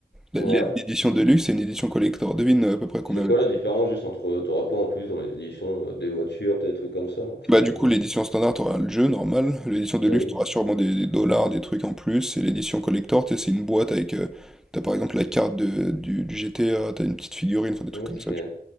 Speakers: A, on the left; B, in the centre.
A: Ouais.
B: La- la- L'édition Deluxe et une édition collector. Devine à peu près combien
A: C'est quoi
B: elle coûte.
A: la différence juste entre, t'auras quoi en plus dans les éditions, euh, des voitures, peut-être des trucs comme ça, j'en sais
B: Bah
A: rien.
B: du coup, l'édition standard, t'auras le jeu, normal. L'édition de
A: Oui.
B: luxe t'auras sûrement des, des dollars, des trucs en plus. Et l'édition collector, tu sais, c'est une boîte avec... euh, t'as par exemple la carte de, du, du GTA, t'as une petite figurine, enfin des
A: Ok.
B: trucs comme ça. tu